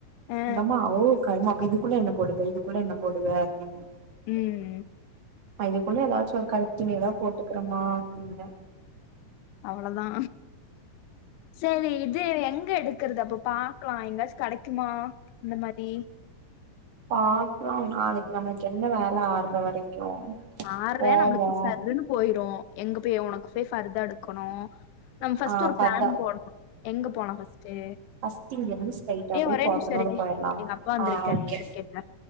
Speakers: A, on the left; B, on the right.
A: ஆ
B: எங்க அம்மா ஓ கரும்மா இதுக்குள்ள என்ன போடுவே இதுக்குள்ள என்ன போடு அப்டின்னு
A: ம்
B: இதுக்குள்ள ஏதாச்சு ஒரு கருப்பு துணிதா போட்டுக்கிறேம்மா அப்டின்ன
A: அவ்ளதா சேரி இது எங்க எடுக்கறது அப்ப பா க்லா இந்த டிரஸ் கெடைக்குமா அந்த மாரி
B: பாக்கலா நாளைக்கு நம்மளுக்கு என்ன வேல ஆர்ற வரைக்கு
A: ஆர்ற
B: போவோ
A: நம்மளுக்கு சர்ருன்னு போயிரும் எங்க போயி உனக்கு போயி ஃபர்தா எடுக்கணு நம்ம ஃபஸ்ட்
B: ஆ
A: ஒரு
B: ஃபர்தா
A: பிளான் போட்னோ எங்க போனலா ஃபர்ஸ்ட் தே
B: ஃபஸ்ட் இங்க இருந்து ஸ்ட்ரைட்டா
A: ஏ
B: போய்
A: ஒரே
B: போத்தனூர்
A: நிம்ஷோ இருடி
B: போயிடலா
A: எங்க அப்பா வந்திருக்காரு
B: ஆ ஓகே
A: என்னானு கேக்குற